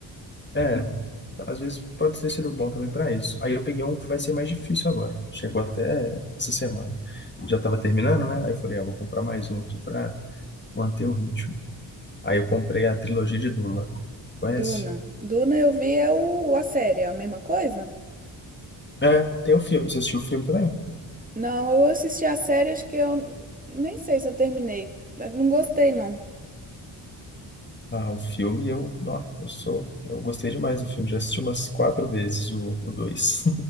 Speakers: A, on the left (about 25°); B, on the right (about 15°).
A: É, às vezes pode ter sido bom também para isso. Aí eu peguei um que vai ser mais difícil agora. Chegou até essa semana. Já estava terminando, né? Aí eu falei, ah, vou comprar mais um aqui para manter o ritmo. Aí eu comprei a trilogia de Duna. Conhece?
B: Duna. Duna eu vi é o, a série, é a mesma coisa?
A: É, tem o filme. Você assistiu o filme também?
B: Não, eu assisti a série, acho que eu nem sei se eu terminei. Eu Não gostei, não.
A: Ah, o filme eu, não, eu sou, eu gostei demais do filme. Já assisti umas quatro vezes o, o dois.